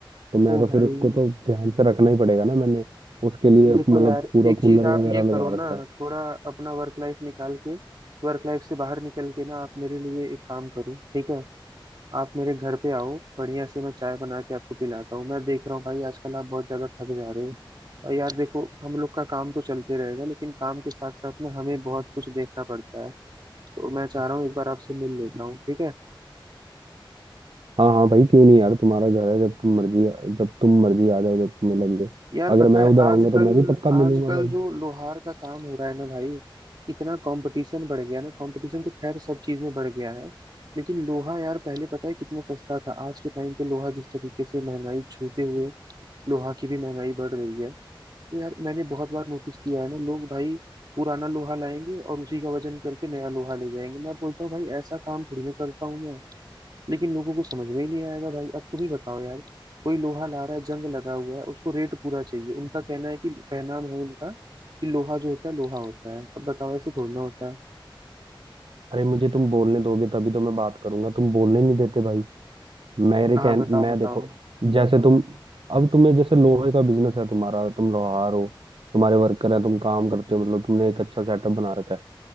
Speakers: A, on the right; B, on the right.
A: तो मैं
B: ओ
A: तो
B: भाई
A: फिर उसको तो ध्यान से रखना ही पड़ेगा ना मैंने उसके लिए
B: देखो
A: मतलब
B: यार
A: पूरा
B: एक
A: कूलर
B: चीज आप
A: वगैरह
B: ये करो
A: लगा रखा
B: ना
A: है
B: थोड़ा अपना वर्क लाइफ निकाल के वर्क लाइफ से बाहर निकल के ना आप मेरे लिए एक काम करो ठीक है आप मेरे घर पे आओ बढ़िया से मैं चाय बना के आपको पिलाता हूँ मैं देख रहा हूँ भाई आजकल आप बहुत ज्यादा थक जा रहे हो और यार देखो हम लोग का काम तो चलते रहेगा लेकिन काम के साथ साथ ना हमें बहुत कुछ देखना पड़ता है तो मैं चाह रहा हूँ एक बार आपसे मिल लेता हूँ ठीक है
A: हाँ हाँ भाई क्यों नहीं यार तुम्हारा घर है जब तुम मर्जी जब तुम मर्जी आ जाओ जब तुम्हें लगे
B: यार
A: अगर
B: पता
A: मैं
B: है
A: उधर
B: आजकल
A: आऊंगा तो मैं भी पक्का मिलूंगा
B: आजकल
A: भाई
B: जो लोहार का काम हो रहा है ना भाई इतना कंपटीशन बढ़ गया ना कंपटीशन तो खैर सब चीज में बढ़ गया है लेकिन लोहा यार पहले पता है कितना सस्ता था आज के टाइम पे लोहा जिस तरीके से महंगाई छूते हुए लोहा की भी महंगाई बढ़ रही है तो यार मैंने बहुत बार नोटिस किया है ना लोग भाई पुराना लोहा लाएंगे और उसी का वजन करके नया लोहा ले जाएंगे मैं बोलता हूँ भाई ऐसा काम थोड़ी ना करता हूँ मैं लेकिन लोगों को समझ में ही नहीं आएगा भाई अब तुम ही बताओ यार कोई लोहा ला रहा है जंग लगा हुआ है उसको रेट पूरा चाहिए उनका कहना है कि कहना है उनका कि लोहा जो होता है लोहा होता है अब बताओ ऐसे थोड़ा होता है
A: अरे मुझे तुम बोलने दोगे तभी तो मैं बात करूंगा तुम बोलने नहीं देते भाई मेरे
B: हाँ
A: कह
B: बताओ
A: मैं
B: बताओ
A: देखो जैसे तुम अब तुम्हें जैसे लोहे का बिजनेस है तुम्हारा तुम लोहार हो तुम्हारे वर्कर हैं तुम काम करते हो मतलब तुमने एक अच्छा सेटअप बना रखा है